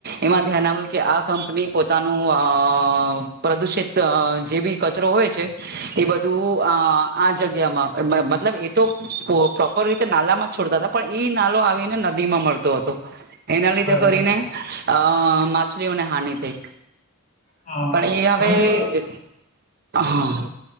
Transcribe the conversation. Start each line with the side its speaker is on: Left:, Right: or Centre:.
Right: એમાં ધ્યાન આવ્યું કે આ કંપની પોતાનું અ પ્રદુષિત જે બી કચરો હોય છે. એ બધું અ આ જગ્યામાં મતલબ એ તો પ્રોપર રીતે નાલામાં છોડતા હતા. પણ ઈ નાલો આવીને નદી માં મળતો હતો એના લીધે
Left: બરાબર
Right: કરીને અ માછલીઓને હાનિ થઈ
Left: હા
Right: પણ એ
Left: મને
Right: હવે
Left: તો
Right: હા.